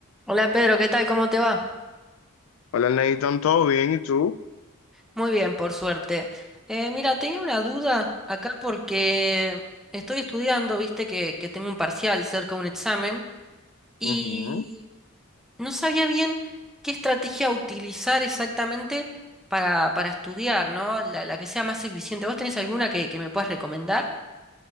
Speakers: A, in the centre; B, on the left.
A: Hola Pedro, ¿qué tal? ¿Cómo te va?
B: Hola Nathan, ¿todo bien? ¿Y tú?
A: Muy bien, por suerte. Eh, mira, tenía una duda acá porque estoy estudiando, viste que, que tengo un parcial cerca de un examen y
B: Ujú.
A: no sabía bien qué estrategia utilizar exactamente para, para estudiar, ¿no? La, la que sea más eficiente. ¿Vos tenés alguna que, que me puedas recomendar?